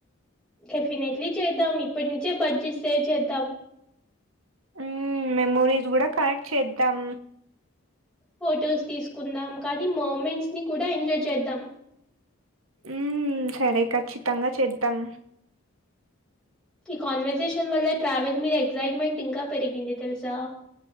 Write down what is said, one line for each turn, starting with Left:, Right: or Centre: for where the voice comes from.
Centre: డెఫినెట్లీ చేద్దాం ఇప్పటి నుంచే బడ్జెట్ సేవ్ చేద్దాం
Right: ఊ మెమోరీస్ కూడా కనెక్ట్ చేద్దాం
Centre: ఫొటోస్ తీసుకుందాం కానీ మూమెంట్స్ ని కూడా ఎంజాయ్ చేద్దాం
Right: ఉ సరే ఖచ్చితంగా చేద్దాం
Centre: ఈ కాన్వర్సేషన్ వల్ల ట్రావెల్ మీద ఎక్స్జేట్మెంట్ ఇంకా పెరిగింది తెలుసా